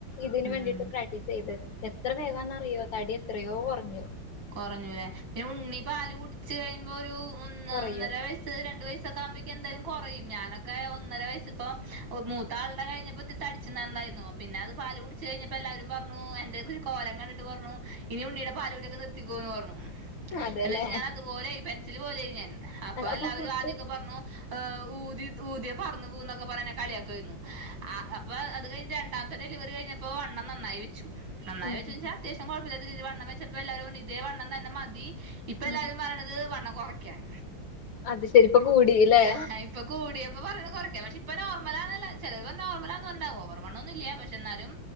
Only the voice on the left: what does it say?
ഇതിന്
വേണ്ടീട്ട് പ്രാക്ട്ടീസെയ്‌ത് എത്രവേഗാന്നറിയോ തടിയൊ എത്രയോകൊറ ഞ്ഞു
കൊറയും
അതെല്ലേ
അപ്പൊ
ഫുഡ്
ഉം
ഉം
അത് ശരിപ്പൊ കൂടില്ലേ